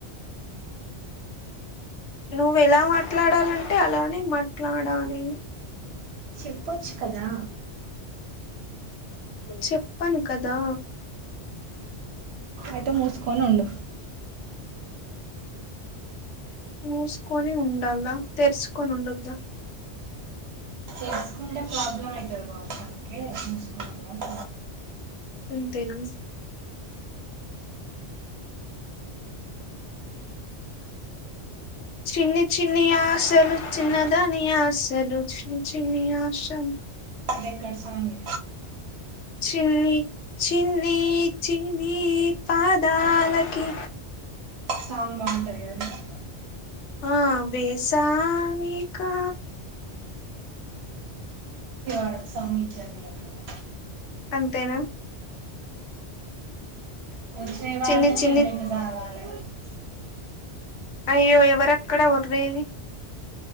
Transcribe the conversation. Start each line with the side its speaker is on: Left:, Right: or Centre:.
Left: నువ్వు ఎలా మాట్లాడాలంటే అలానే మాట్లాడాలి
Right: చెప్పొచ్చు కదా
Left: చెప్పను కదా
Right: ఐతే మూసుకోనుండూ.
Left: మూసుకోని ఉండాలా తెరుసుకొని ఉండొద్ద.
Right: చేసుకుంటే ప్రాబ్లం అవుతుంది కావచ్చు అందుకే మూసుకున్నాడు అని
Left: ఇంతేనా. చిన్ని చిన్ని ఆశలు చిన్నదాని ఆశలు చిన్ని చిన్ని ఆశలు.
Right: తింటంది.
Left: చిన్ని చిన్నీ చిన్నీ పాదాలకి.
Right: సాంగ్ బాగుంటుంది కదా
Left: ఆ వేసామికా.
Right: ఆ సాంగ్ ఇజ్జత్ తీయకు నువ్వు.
Left: అంతేనా.
Right: నువ్వు వచ్చినవి వాడితేనే
Left: చిన్ని చిన్ని.
Right: ఈయన లెక్క సాగాలి
Left: అయ్యో ఎవరక్కడ వొర్రే.